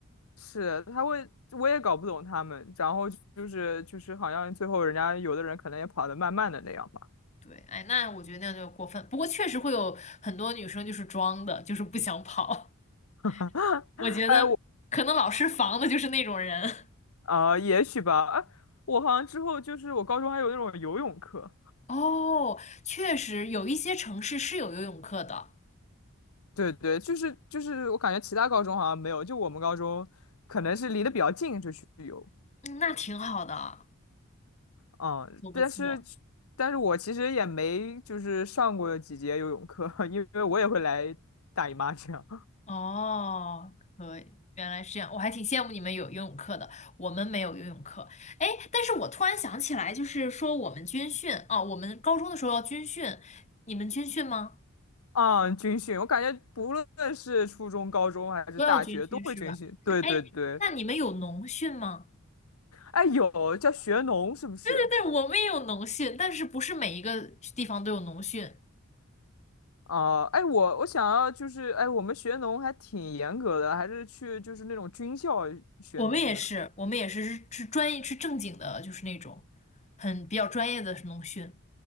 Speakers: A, on the left (about 80°); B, on the left (about 30°).
A: 是他会，我也搞不懂他们，然后就是就是好像最后人家有的人可能也跑得慢慢的那样吧，
B: 对，哎，那我觉得那样就过分。不过确实会有很多女生就是装的，就是不想跑。
A: <laughs>
B: <laughs> 我觉得可能老师防的就是那种人。
A: 哎我啊、也许吧，哎我好像之后就是我高中还有那种游泳课，
B: <laughs> 哦，确实有一些城市是有游泳课的，
A: 对对，就是就是我感觉其他高中好像没有，就我们高中可能是离得比较近就去游，
B: 嗯，那挺好的，
A: 嗯，
B: 不错不错。
A: 但是但是我其实也没就是上过几节游泳课，<laughs> 因为我也会来大姨妈这样。
B: 哦，可以，原来是这样，我还挺羡慕你们有游泳课的，我们没有游泳课。哎，但是我突然想起来，就是说我们军训啊，我们高中的时候要军训，你们军训吗？
A: 啊，军训，我感觉不论是初中、高中还是大学都会军训。
B: 都要军训是吧？
A: 对对对，
B: 哎，那你们有农训吗？
A: 哎，有叫学农是不是？
B: 对对对，我们也有农训，但是不是每一个地方都有农训，
A: 啊？哎，我我想要就是，哎，我们学农还挺严格的，还是去就是那种军校学农的。
B: 我们也是，我们也是是是专业是正经的，就是那种很比较专业的农训。